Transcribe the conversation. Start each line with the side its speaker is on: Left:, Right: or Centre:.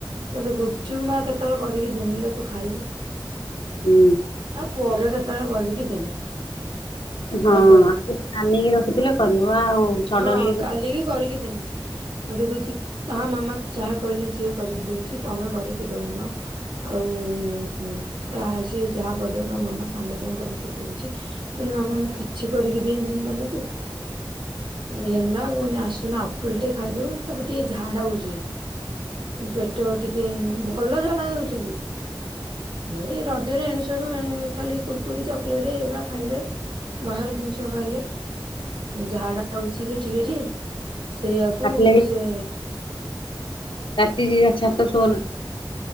Right: ତୋତେ ଗୁପଚୁପ୍ ମା କେତେବେଳେ କରିକି ଦେମିଲ ତୁ ଖାଇବୁ।
Left: ହୁଁ।
Right: ଆଉ ପରେ କେତେବେଳେ କରିକି ଦେମି।
Left: ହଁ
Right: ତାକୁ
Left: ଆଗରୁ
Right: କହିଲି
Left: ପ୍ଲାନଂ ରଖିଥିଲେ କରିବ ଆଉ ସଡଲି
Right: ହଁ କାଲିକି କରିକି ଦେମି। ମତେ କହୁଛି ତା ମାମା ଯାହା କହିଲେ ସିଏ କରିକି ଦଉଛି ତମେ କରିକି ଦଉନ? ଆଉ ତା ସିଏ ଯାହା କରିଦବ ତ ମାମା ସାଙ୍ଗେ ସାଙ୍ଗେ କରିକି ଦଉଛି ମାନେ ମାମା ମୁଁ କିଛି କରିକି ଦିଇନି ତମକୁ? ହେଲା ପୁଣି ଆସୁନ ଆ ପୁଲଟେ ଖାଇଦଉ ତାପରେ ଟିକେ ଝାଡା ବୁଝେ? ତ ଟିକେ ଭଲ ଝାଡ଼ା ହଉଛନ୍ତି? ଏ ରଜରେ ଏଣୁ ଶେଣୁ ଏଣ ଖାଲି କୁୁରକୁରି, ଚ ଚକଲେଟ୍ ଏଇଡ଼ା ଖାଇଲେ ବାହାର ଜିନିଷ ଖାଇଲେ। ଝାଡା ହଉଛି ସେ ଟିକେ ଟିକେ ସେଇଆକୁ
Left: ପାଟି
Right: ସେ
Left: ତାତି ଯ ଛାତ ସୋନ